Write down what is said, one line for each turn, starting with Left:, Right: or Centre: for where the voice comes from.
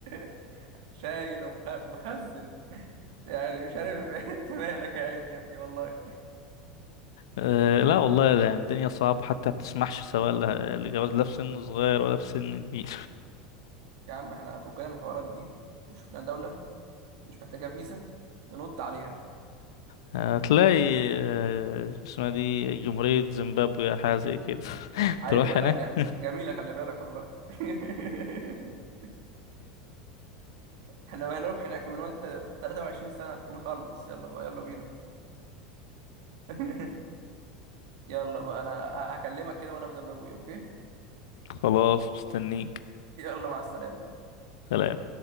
Right: <laughs> شايل ومخزن يعني مش عارف <laughs> انت مالك يا عيني يا ابني والله
Left: آه، لا والله لا الدنيا صعبة حتى ما بتسمحش سواء ل- لجواز لا في سن صغير ولا في سن كبير
Right: يا عم احنا فكنا من الحوارات دي نشوف لنا دولة مش محتاجة فيزا ننط عليها
Left: هتلاقي آه، اسمها دي جمهورية زيمبابوي أو حاجة زي كده <laughs>
Right: عارفها
Left: تروح هناك
Right: لا ج-
Left: <laughs>
Right: جميلة خلي بالك والله <laughs> احنا هنروح هناك من وانت 23 سنة تكون خلص يلا بقى يلا بينا <laughs> يلا بقى انا ه- هكلمك كده وانا في زيمبابوي اوكي
Left: خلاص مستنيك
Right: يلا مع السلامة
Left: سلام